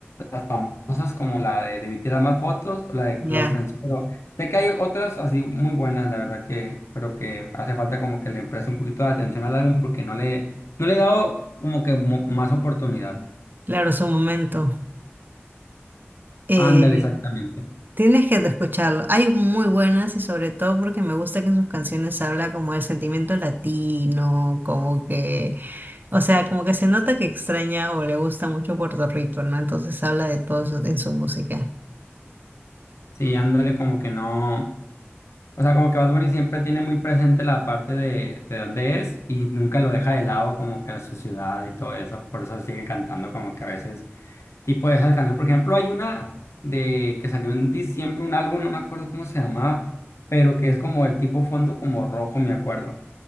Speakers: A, on the left; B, on the right.
A: las famosas como la de Debí tirar más fotos o la de
B: Ya,
A: Close Friends, pero sé que hay otras así muy buenas, la verdad que, pero que hace falta como que le preste un poquito de atención al álbum porque no le, no le he dado como que mo- más oportunidad.
B: claro, su momento. Eh,
A: Ándale, exactamente.
B: tienes que escucharlo. Hay muy buenas y sobre todo porque me gusta que en sus canciones habla como del sentimiento latino, como que O sea, como que se nota que extraña o le gusta mucho Puerto Rico, ¿no? Entonces habla de todo eso en su música.
A: Sí, ándale como que no, o sea, como que Bad Bunny siempre tiene muy presente la parte de, de dónde es y nunca lo deja de lado como que la su ciudad y todo eso, por eso sigue cantando como que a veces tipo de esa canción Por ejemplo, hay una de que salió en diciembre, un álbum, no me acuerdo cómo se llamaba, pero que es como el tipo fondo como rojo, me acuerdo.